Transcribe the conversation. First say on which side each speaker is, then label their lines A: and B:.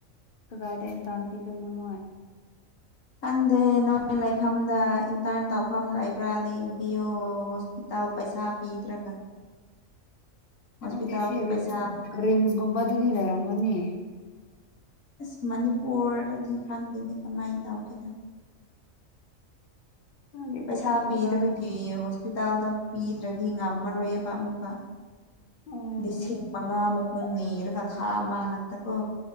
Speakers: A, on the left (about 45°); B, on the left (about 70°).
A: ꯀꯗꯥꯏꯗ ꯏꯟꯇꯥꯟ ꯄꯤꯗꯣꯏꯅꯣ ꯃꯣꯏ
B: ꯈꯪꯗꯦ ꯅꯣꯏ ꯂꯩꯐꯝꯗ ꯏꯟꯇꯔꯟ ꯇꯧꯐꯝ ꯂꯩꯕ꯭ꯔꯥꯅ ꯌꯦꯡꯕꯤꯌꯨ ꯇꯧ ꯄꯩꯁꯥ ꯄꯤꯗ꯭ꯔꯒ ꯍꯣꯁꯄꯤꯇꯥꯜꯒꯤ
A: ꯈꯪꯗ‌ꯦ ꯁꯤ ꯔꯤꯝꯁ
B: ꯄꯩꯁꯥ ꯑꯃꯨꯛꯀ
A: ꯔꯤꯝꯁꯒꯨꯝꯕ ꯑꯗꯨꯗꯤ ꯂꯩꯔꯝꯒꯅꯤ
B: ꯑꯁ ꯃꯅꯤꯄꯨꯔꯗꯗꯤ ꯈꯪꯗꯦꯅꯦ ꯀꯃꯥꯏꯅ ꯇꯧꯒꯦꯔ
A: ꯈꯪꯗꯦꯗ
B: ꯄꯩꯁꯥ ꯄꯤꯗꯕꯒꯤ
A: ꯏꯟꯇꯔꯟ
B: ꯍꯣꯁꯄꯤꯇꯥꯜꯗ ꯄꯤꯗ꯭ꯔꯗꯤ ꯉꯝꯃꯔꯣꯏꯑꯕ ꯑꯃꯨꯛꯀ
A: ꯎꯝ
B: ꯂꯤꯁꯤꯡ ꯃꯉꯥꯃꯨꯛꯃꯨꯛ ꯅꯅꯤꯔꯒ ꯊꯥ ꯃꯥ ꯉꯥꯛꯇꯀꯣ